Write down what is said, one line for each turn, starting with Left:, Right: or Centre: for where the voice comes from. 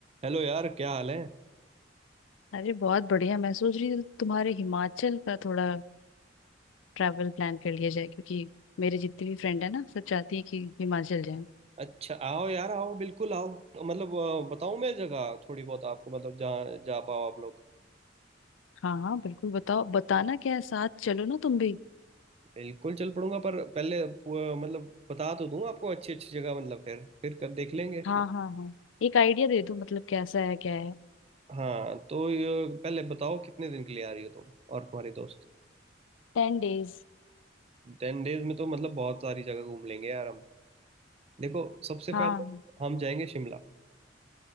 Right: Hello यार क्या हाल है
Left: अरे बहुत बढ़िया मैं सोच रही थी तुम्हारे हिमाचल का थोड़ा ट्रैवल प्लान कर लिया जाए क्योंकि मेरे जितनी भी फ्रेंड है ना सब चाहती है कि हिमाचल जाएं
Right: अच्छा आओ यार आओ बिल्कुल आओ मतलब अ, बताऊं मैं जगह थोड़ी बहुत आपको मतलब जहाँ जा पाओ आप लोग
Left: हाँ हाँ बिल्कुल बताओ बताना क्या है साथ चलो ना तुम भी
Right: बिल्कुल चल पड़ूंगा पर पहले पू- मतलब बता तो दूं आपको अच्छी अच्छी जगह मतलब फिर फिर कर देख लेंगे
Left: हाँ हाँ हाँ एक आइडिया दे दो मतलब कैसा है क्या है
Right: हाँ तो ये पहले बताओ कितने दिन के लिए आ रही हो तुम और तुम्हारे दोस्त
Left: Ten days
Right: टेन डेज में तो मतलब बहुत सारी जगह घूम लेंगे यार हम देखो सबसे
Left: हाँ
Right: पहले
Left: हाँ,
Right: हम जाएंगे शिमला